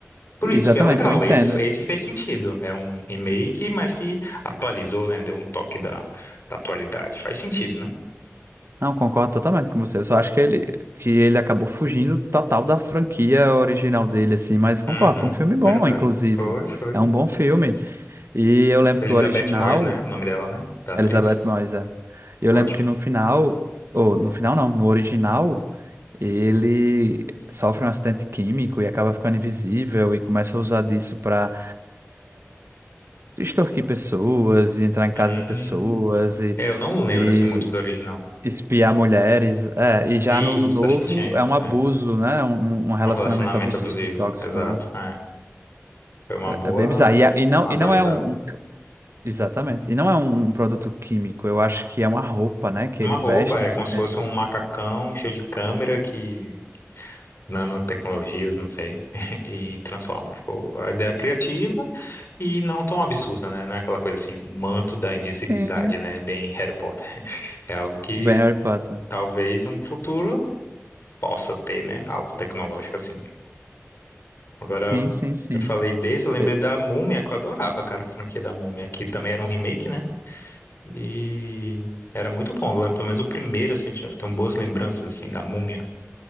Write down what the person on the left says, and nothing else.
Por
isso que é legal,
esse, esse fez sentido. É um remake, mas que atualizou, né? Deu um toque da, da atualidade. Faz sentido, né?
Uhum,
verdade.
Foi, foi.
Elizabeth
Moss, né? O nome dela, né? Da atriz.
Ótimo.
Hum.
É, Eu não lembro,
assim, muito do original.
Isso,
acho que tinha isso,
é.
Um relacionamento
abusivo,
exato.
É. Foi uma boa
atualizada.
Uma
roupa,
é
como se fosse um macacão cheio de câmera que nanotecnologias, não sei, <laughs> e transforma. Tipo, a ideia é criativa e não tão absurda, né? Não é aquela coisa assim, o manto da invisibilidade,
né? Bem Harry Potter. <laughs> É algo que
talvez um futuro possa ter, né? Algo tecnológico assim. Agora,
eu falei desse, eu lembrei
da Múmia, que eu adorava, cara, a franquia da Múmia, que também era um remake, né? E era muito bom, eu lembro, pelo menos o primeiro, assim, tinha, tenho boas lembranças, assim, da Múmia.